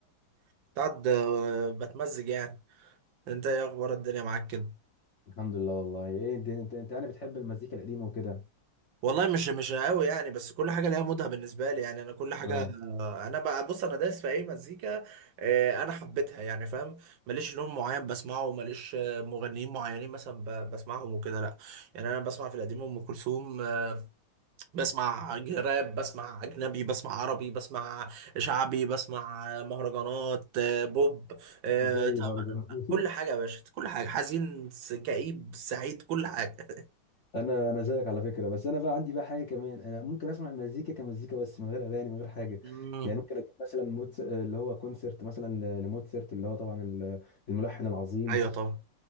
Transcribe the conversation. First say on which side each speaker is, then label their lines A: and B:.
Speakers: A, on the right; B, on the left.
A: كنت قاعد آه، بتمزج يعني انت ايه اخبار الدنيا معاك كده؟
B: <laughs> الحمد لله والله ايه انت انت انت يعني بتحب المزيكا القديمه وكده
A: والله مش مش قوي يعني بس كل حاجه ليها مودها بالنسبه لي يعني انا كل حاجه
B: اه
A: انا بقى بص انا دايس في اي مزيكا آه، انا حبيتها يعني فاهم ماليش لون معين بسمعه ماليش آه، مغنيين معينين مثلا ب- بسمعهم وكده لا يعني انا بسمع في القديم ام كلثوم آه، بسمع ج- راب بسمع اجنبي بسمع عربي بسمع شعبي بسمع آه، مهرجانات آه، بوب آه،
B: زي
A: طبعا
B: برضو <laughs>
A: كل حاجه يا باشا كل حاجه حزين س- كئيب سعيد كل حاجه
B: انا انا زيك على فكره بس انا بقى عندي بقى حاجه كمان انا ممكن اسمع المزيكا كمزيكا بس من غير اغاني من غير حاجه
A: <laughs> مم.
B: يعني ممكن اجيب مثلا موتس... آه، اللي هو كونسرت مثلا ل- لموتسرت اللي هو طبعا ال- الملحن العظيم
A: ايوه طبعا